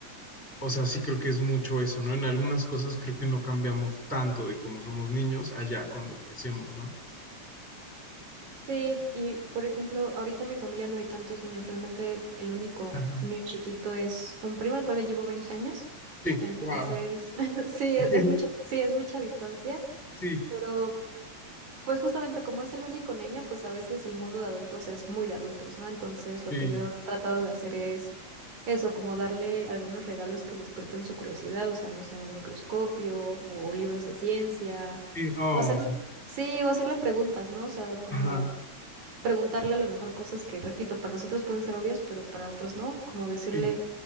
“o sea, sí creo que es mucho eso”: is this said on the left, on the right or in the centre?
Centre